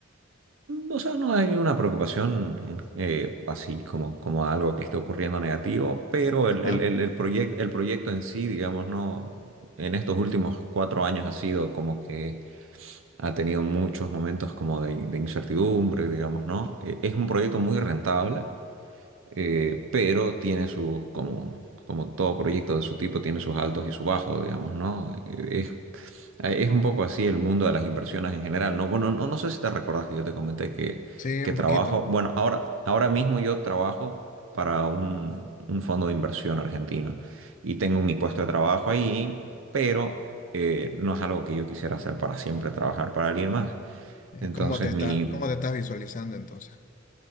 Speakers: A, on the right; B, on the left.
A: O sea, no hay una preocupación eh, así como, como algo que esté ocurriendo negativo, pero el,
B: Ajá.
A: el, el, el proyec- el proyecto en sí, digamos, no, en estos últimos cuatro años ha sido como que ha tenido muchos momentos como de, de incertidumbre, digamos, ¿no? Eh, Es un proyecto muy rentable, eh, pero tiene sus, como, como todo proyecto de su tipo, tiene sus altos y sus bajos, digamos, ¿no? Eh, Es, eh,
B: Co-
A: es un poco así el mundo de las inversiones en general, ¿no? Bueno, no, no sé si te recordás que yo te comenté que,
B: Sí,
A: que
B: un
A: trabajo,
B: poquito.
A: bueno, ahora, ahora mismo yo trabajo para un, un fondo de inversión argentino y tengo mi puesto de trabajo ahí, pero eh, no es algo que yo quisiera hacer para siempre, trabajar para alguien más.
B: Eh,
A: Entonces,
B: ¿Cómo te está,
A: mi,
B: cómo te estás visualizando entonces?